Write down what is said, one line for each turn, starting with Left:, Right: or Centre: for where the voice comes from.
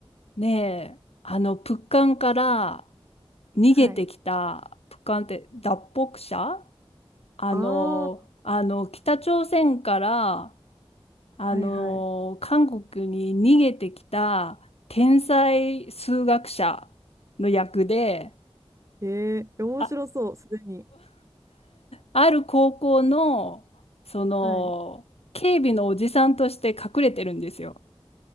Left: ねえ、あの、プッカンから逃げてきた、
Right: はい。
Left: プッカンって脱北者あの、
Right: ああ、
Left: あの、北朝鮮から、あの、
Right: はいはい。
Left: 韓国に逃げてきた天才数学者の役で、
Right: ええ面白そう、
Left: あ、
Right: すでに。
Left: ある高校の、その、
Right: はい。
Left: 警備のおじさんとして隠れてるんですよ。